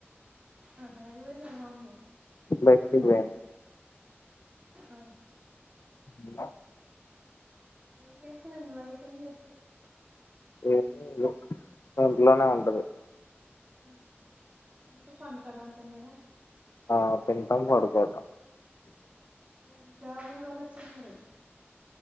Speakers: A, on the right; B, on the left.
A: ఆహ ఎటు వోయింది ఆళ్ళ మమ్మీ
B: బైటికెళ్ళివెయింది
A: ఆహా
B: హు
A: ఏం చేస్తది మీ వైఫ్ ఏం చేస్తది
B: ఏంలేదు ఇంట్లోనే ఉంటది
A: ఆ తినుడు పండుకోడు అంతేన ఇగ
B: ఆ తింటాం పడుకోవటం
A: మరామో జాబుకు తోలచు గా మారి